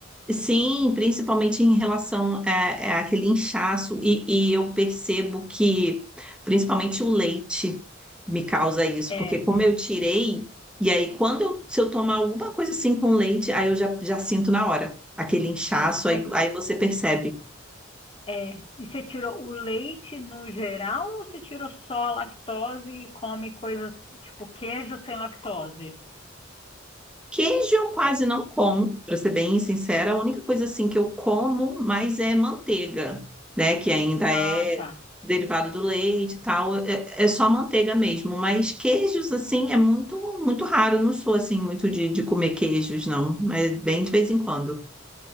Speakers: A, in the centre; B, on the left.
A: Sim, principalmente em relação é, é, àquele inchaço, e, e eu percebo que principalmente o leite me causa isso,
B: É,
A: porque como eu tirei, e aí quando eu, se eu tomar alguma coisa assim com leite, aí eu já, já sinto na hora aquele inchaço, aí,
B: mas
A: aí você percebe.
B: É, e você tirou o leite no geral ou você tirou só a lactose e come coisas tipo queijo sem lactose?
A: Queijo eu quase não como, para ser bem sincera, a única coisa assim que eu como mais é manteiga, né? Que ainda
B: Ah,
A: é
B: tá.
A: derivado do leite e tal, é, é só manteiga mesmo. Mas queijos assim é muito muito raro. Eu não sou assim muito de, de comer queijos, não. É bem de vez em quando.